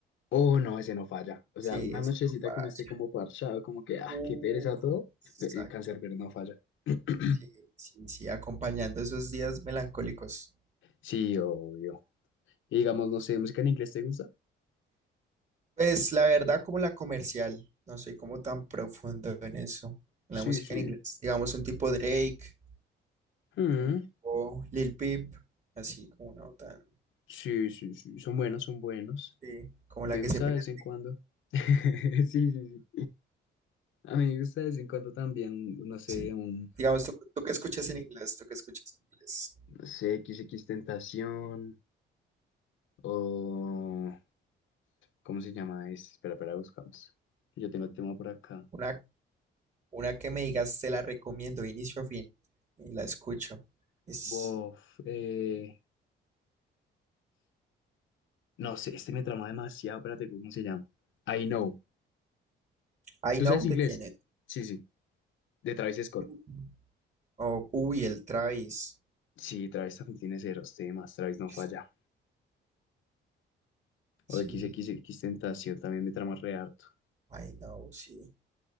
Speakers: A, on the left; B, on the right.
A: Oh, no, ese no falla. O
B: Sí,
A: sea, una
B: ese
A: nochecita
B: no falla.
A: que uno esté como parchado, como que, ah,
B: Uh,
A: qué pereza todo,
B: exacto.
A: eh, el cancerbero no falla. <clears throat>
B: Sí, sí, sí, acompañando esos días melancólicos.
A: Sí, obvio. Y digamos, no sé, ¿música en inglés te gusta?
B: Pues la verdad, como la comercial, no soy como tan profundo en eso, en
A: Sí,
B: la música
A: sí.
B: en inglés. Digamos un tipo Drake,
A: Mm,
B: un tipo Lil Peep, así como una tan,
A: sí, sí, sí. Son buenos, son buenos.
B: sí, como
A: A
B: la
A: mí me
B: que
A: gusta
B: se pega.
A: de vez en cuando. <laughs> Sí, sí, sí. A mí me gusta de vez en cuando también, no sé,
B: Sí.
A: un,
B: Digamos, ¿tú, tú qué escuchas en inglés? ¿Tú qué escuchas en inglés?
A: no sé, XX Tentación o... ¿Cómo se llama? Es, espera, espera, buscamos. Yo tengo el tema por acá.
B: Una, una que me digas, te la recomiendo, inicio a fin, y la escucho. Es
A: Bof, eh, No sé, este me trama demasiado. Espérate, ¿cómo se llama? I Know.
B: I
A: ¿Tú
B: Know
A: sabes inglés?
B: de quién es.
A: Sí, sí. De Travis Scott.
B: Mm. O, uy, el Travis.
A: Sí, Travis también tiene ceros temas. Travis no
B: Sí,
A: falla.
B: sí.
A: O XXX Tentación también me trama re harto.
B: Ay, no, sí.